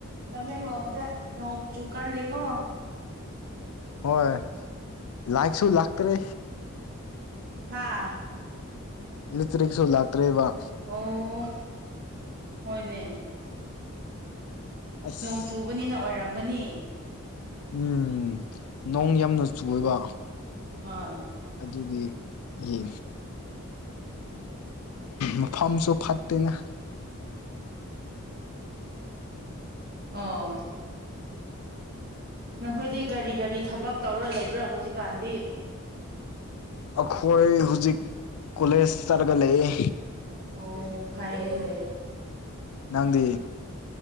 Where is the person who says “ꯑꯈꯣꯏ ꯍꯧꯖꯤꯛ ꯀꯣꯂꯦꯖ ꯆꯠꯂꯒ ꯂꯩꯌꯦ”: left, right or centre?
Left